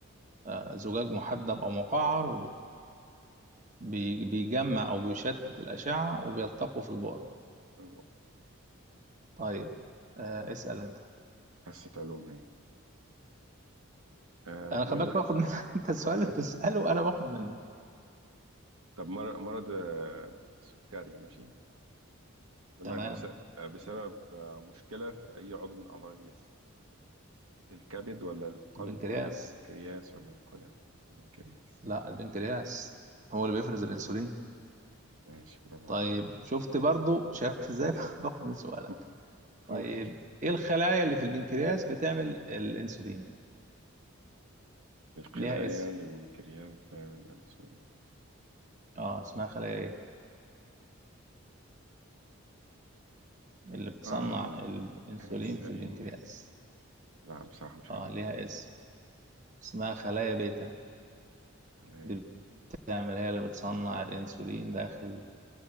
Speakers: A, on the right; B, on the right.
A: آه زجاج محدب او مقعر بي- بيجمع او بيشتت الاشعه وبيلتقوا في البقره
B: البؤرة
A: طيب آه اسال انت
B: حصة علوم هي آه
A: انا
B: بيقول
A: خلي بالك
B: لك
A: باخد من <laughs> انت السؤال اللي
B: <laughs>
A: بتساله انا باخد منه
B: طب مر- مرض آه، سكري ماشي يقول
A: تمام
B: لك بس- آه، بسبب آه، مشكلة في أي عضو من أعضاء الجسم الكبد ولا القلب
A: البنكرياس
B: ولا البنكرياس ولا الكلى البنكرياس
A: لا البنكرياس هو اللي بيفرز الانسولين
B: ماشي برافو
A: طيب
B: عليك
A: شفت برضو شايف ازاي <laughs> باخد من سؤالك
B: <laughs>
A: طيب
B: قول
A: ايه الخلايا اللي في البنكرياس بتعمل الانسولين
B: الخلايا
A: ليها اسم
B: البنكرياس تعمل الأنسولين
A: اه اسمها خلايا ايه اللي بتصنع
B: آم
A: الانسولين
B: أنسولين
A: في البنكرياس
B: لا بصراحة مش
A: اه
B: عارف
A: ليها اسم اسمها خلايا بيتا
B: خلايا
A: دي
B: بي-
A: بتعمل هي اللي بتصنع الانسولين داخل